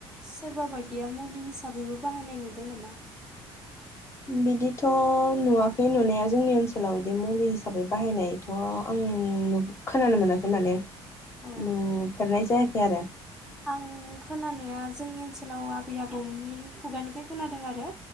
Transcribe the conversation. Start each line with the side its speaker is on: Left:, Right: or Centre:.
Centre: सोरबा बायदिया मुलि हिसाबैबो बाहायनाय नुदों नामा?
Left: बिदिथ' नुवाखै नुनाया। जोंनि ओनसोलाव बिदि मुलि हिसाबै बाहायनाय। थ' आं न खोनानो मोनाखै माने।
Centre: औ
Left: नुफेरनाय जायाखै आरो
Centre: आं खोनानाया जोंनि ओनसोलाव आबै आबौनि खुगानिफ्राय खोनादों आरो